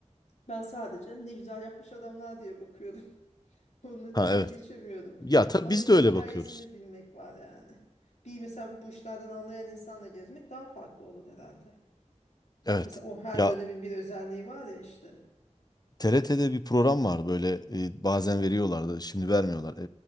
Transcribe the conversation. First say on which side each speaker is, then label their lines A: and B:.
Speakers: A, on the left; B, on the left.
A: Ben sadece ne güzel yapmış adamlar diye bakıyorum. <laughs> Onun ötesine
B: Ha evet.
A: geçemiyorum.
B: Ya tabii
A: Ama
B: biz
A: bir de
B: de öyle
A: hikayesini
B: bakıyoruz.
A: bilmek var yani. Bir mesela bu işlerden anlayan insanla gezmek daha farklı olur herhalde.
B: Evet.
A: Mesela o her
B: Ya
A: dönemin bir özelliği var ya işte.
B: TRT'de bir program var böyle e, bazen veriyorlardı şimdi vermiyorlar. E,